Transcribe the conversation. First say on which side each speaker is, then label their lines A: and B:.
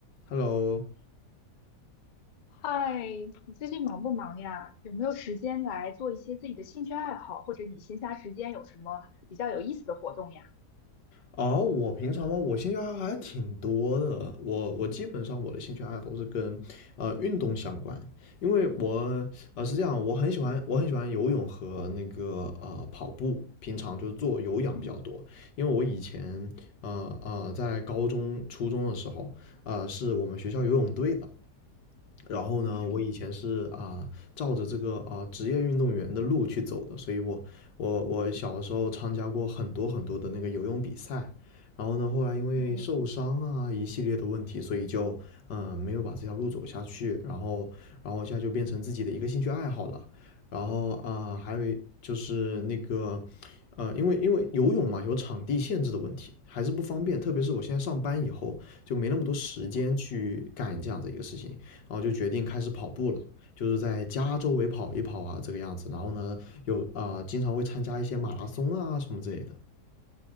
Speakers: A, on the left (about 75°); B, on the left (about 45°).
A: Hello，
B: 嗨，你最近忙不忙呀？有没有时间来做一些自己的兴趣爱好，或者你闲暇时间有什么比较有意思的活动呀？
A: 哦，我平常话，我兴趣爱好还挺多的。我我基本上我的兴趣爱好都是跟呃运动相关，因为我呃是这样，我很喜欢我很喜欢游泳和那个呃跑步，平常就是做有氧比较多。
B: 嗯
A: 因为我以前呃呃在高中初中的时候，呃是我们学校游泳队的，然后呢，
B: 嗯
A: 我以前是啊、呃照着这个啊、呃职业运动员的路去走的，所以我我我小的时候参加过很多很多的那个游泳比赛，然后呢，后来因为受伤啊一系列的问题，
B: 嗯
A: 所以就嗯、呃没有把这条路走下去，然后然后现在就变成自己的一个兴趣爱好了，然后啊、呃还有就是那个呃因为因为游泳嘛有场地限制的问题，还是不方便，特别是我现在上班以后就没那么多时间去干这样的一个事情。
B: 嗯，
A: 然后就决定开始跑步了，就是在家周围跑一跑啊，这个样子。然后呢，有啊、呃经常会参加一些马拉松啊什么之类的。